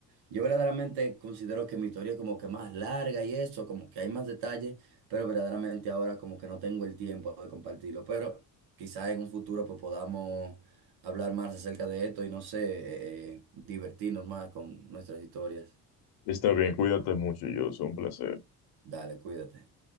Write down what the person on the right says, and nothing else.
Yo verdaderamente considero que mi historia es como que más larga y eso, como que hay más detalles, pero verdaderamente ahora como que no tengo el tiempo de compartirlo. Pero quizás en un futuro pues podamos hablar más acerca de esto y no sé, eh, eh, divertirnos más con nuestras historias.
Dale, cuídate.